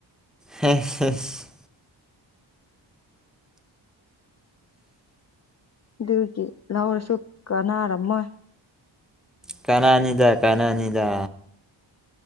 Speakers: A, in the centre; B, on the left (about 40°).
A: ꯍꯩꯁ ꯍꯩꯁ
B: ꯗꯨꯒꯤ ꯂꯧꯔꯁꯨ ꯀꯅꯥꯔꯝꯃꯣꯏ
A: ꯀꯥꯟꯅꯅꯤꯗ ꯀꯥꯟꯅꯅꯤꯗ